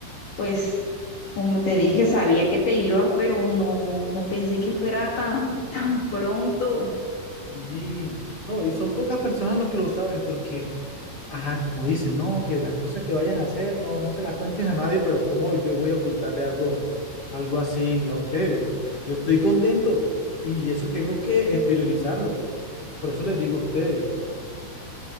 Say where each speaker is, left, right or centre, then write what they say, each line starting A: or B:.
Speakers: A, on the left; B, on the left.
A: pues, como te dije, sabía que te ibas, pero no, no pensé que fuera tan, tan pronto.
B: Sí, no, y son pocas personas los que lo saben, porque, ajá, como dicen, no, que las cosas que vayas a hacer, no, no se las cuentes a nadie, pero ¿cómo yo voy a ocultarle algo, algo así a ustedes? Pues yo estoy contento y eso tengo que exteriorizarlo. Por eso les digo a ustedes.